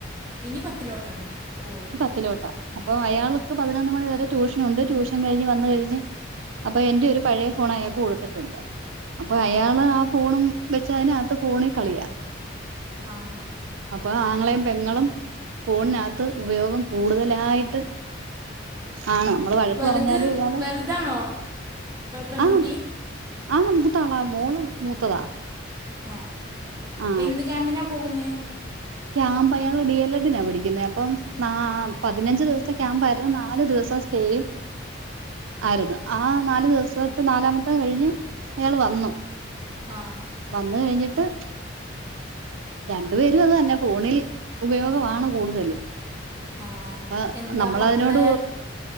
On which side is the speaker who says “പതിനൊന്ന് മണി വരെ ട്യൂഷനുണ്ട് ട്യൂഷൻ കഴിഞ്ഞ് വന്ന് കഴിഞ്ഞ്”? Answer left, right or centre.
Right